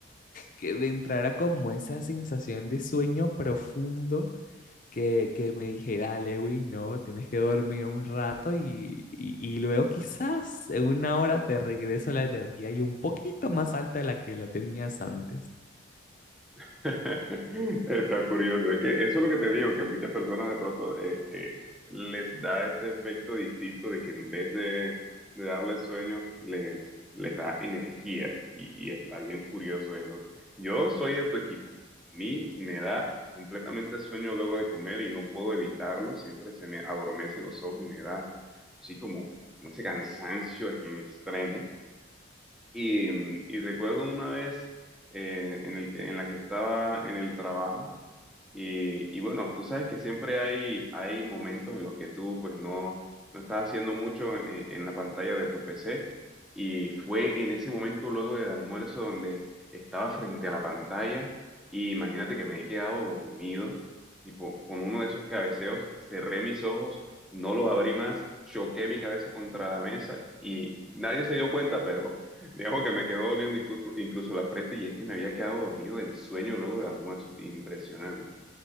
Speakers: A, on the left; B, in the centre.
A: Que me entrara como esa sensación de sueño profundo que, que me dijera, Lewi, no, tienes que dormir un rato y, y, y luego quizás en una hora te regreso la energía y un poquito más alta de la que la tenías antes.
B: <laughs> Está curioso, es que eso es lo que te digo, que muchas personas de pronto eh, eh, les da este efecto distinto de que en vez de, de darles sueño, les, les da energía y, y está bien curioso eso. Yo soy de tu equipo, a mí me da completamente sueño luego de comer y no puedo evitarlo, siempre se me adormecen los ojos y me da así como, como ese cansancio en extremo y, y recuerdo una vez eh, en el que, en la que estaba en el trabajo. Y, y bueno, tú sabes que siempre hay, hay momentos en los que tú pues no, no estás haciendo mucho en, en la pantalla de tu PC y fue en ese momento luego del almuerzo donde estaba frente a la pantalla y imagínate que me he quedado dormido, tipo con uno de esos cabeceos, cerré mis ojos, no los abrí más, choqué mi cabeza contra la mesa y nadie se dio cuenta, pero <laughs> digamos que me quedó doliendo incluso, incluso la frente y es que me había quedado dormido del sueño luego del almuerzo, impresionante.